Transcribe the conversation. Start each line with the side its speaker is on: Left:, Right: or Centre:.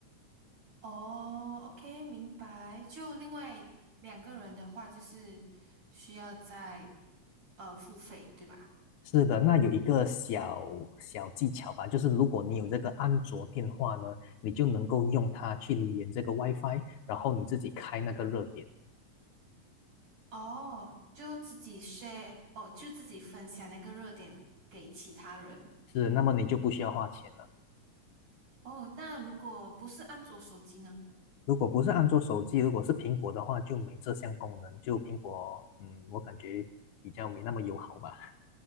Right: 哦，OK，明白。就另外两个人的话，就是需要再呃付费，对吧？
Left: 是的，那有一个小小技巧吧，就是如果你有这个安卓电话呢，你就能够用它去连这个 WiFi，然后你自己开那个热点，
Right: 哦，就自己 share，哦，就自己分享那个热点给其他人。
Left: 是，那么你就不需要花钱了。
Right: 哦，那如果不是安卓手机呢？
Left: 如果不是安卓手机，如果是苹果的话，就没这项功能，就苹果，嗯，我感觉比较没那么友好吧。